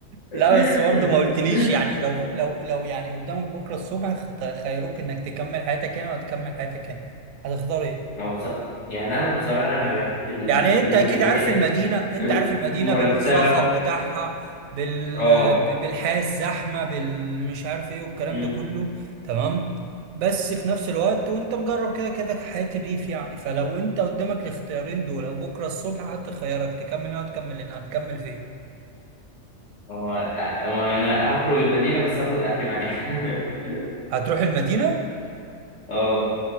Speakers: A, on the left; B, on the right.
A: <laughs>
B: لا بس برضه ما قلتليش يعني لو لو لو يعني قدامك بكرة الصبح خت- خيروك انك تكمل حياتك هنا ولا تكمل حياتك هنا هتختار ايه؟
A: هو بص... يعني أنا بصراحة أنا بحب الدنيا
B: يعني انت اكيد
A: اللي
B: عارف
A: هي إيه
B: المدينه انت
A: م-
B: عارف المدينه
A: مرتبة
B: بالصخب بتاعها بال
A: اه
B: ب- بالحياه الزحمه بالمش عارف ايه والكلام
A: أمم.
B: ده كله تمام بس في نفس الوقت وانت مجرب كده كده حياه الريف يعني فلو انت قدامك الاختيارين دول او بكره الصبح حتى خيارك تكمل هنا وتكمل هنا هتكمل فين
A: هو هو أنا هخرج المدينة بس هاخد أهلي معايا <laughs>
B: هتروح المدينه
A: اه